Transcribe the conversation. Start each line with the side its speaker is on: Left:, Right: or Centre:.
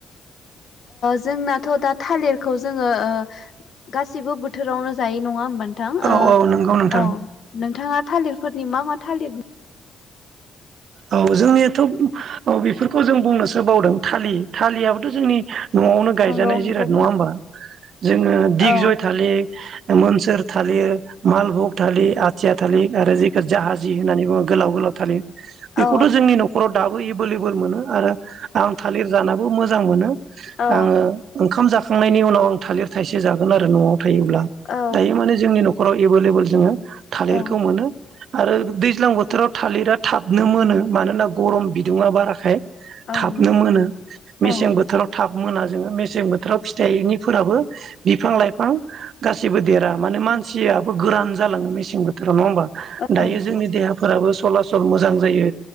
Left: जोंनाथ' दा थालिरखौ जोङो ओ गासिबो बोथोरावनो जायै नङा होमबा नोंथां?
Right: औ औ नंगौ नोंथां
Left: औ नोंथाङा थालिरफोरनि मा मा थालिर
Right: औ जोंनियाथ' औ बेफोरखौ जों बुंनोसो बावदों थालिर थालिरयाबोथ' जोंनि न'आवनो
Left: बिफां
Right: गायजानाय
Left: दं
Right: जिराद
Left: बेखौ बुं
Right: नङा होमबा जोङो दिग
Left: औ
Right: जय थालिर मोनसोर थालिर, मालभग थालिर, आथिया थालिर आरो जेखौ जाहाजि होननानै बुङो गोलाव -गोलाव थालिर बेखौथ'
Left: औ
Right: जोंनि न'खराव दाबो एभेलेबोल मोनो। आरो आं थालिर जानाबो मोजां मोनो
Left: औ
Right: आङो ओंखाम <unintelligible> <unintelligible> उनाव आं थालिर थाइसे जागोन आरो न'आव थायोब्ला
Left: औ
Right: दायो माने जोंनि न'खराव एभेलेबोेल जोङो थालिरखौ
Left: औ
Right: मोनो आरो दैज्लां बोथोराव थालिरा थाबनो मोनो मानो होनना <unintelligible> गरम बिदुङा बाराखाय
Left: औ
Right: थाबनो
Left: नंगौ
Right: मोनो मेसें
Left: औ
Right: बोथोराव थाब मोना जोङो मेसें बोथोराव फिथाइनिफोराबो बिफां लाइफां गासिबो देरा मानो मा <unintelligible> गोरान जालाङो मेसें बोथोराव नंङा होमबा?
Left: औ
Right: दायो
Left: औ नंगौ
Right: जोंनि देहाफोराबो सलासल मोजां जायो